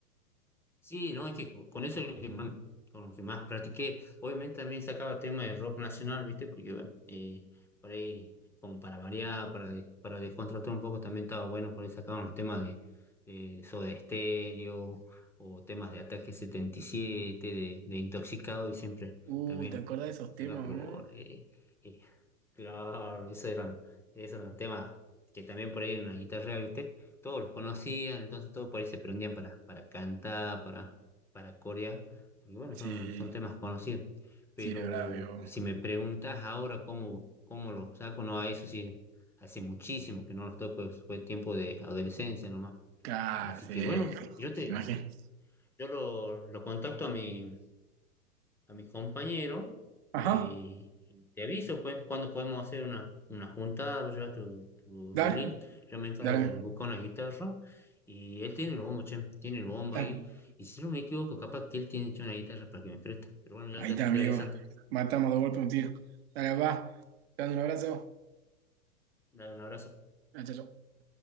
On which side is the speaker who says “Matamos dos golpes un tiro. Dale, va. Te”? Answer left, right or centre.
Right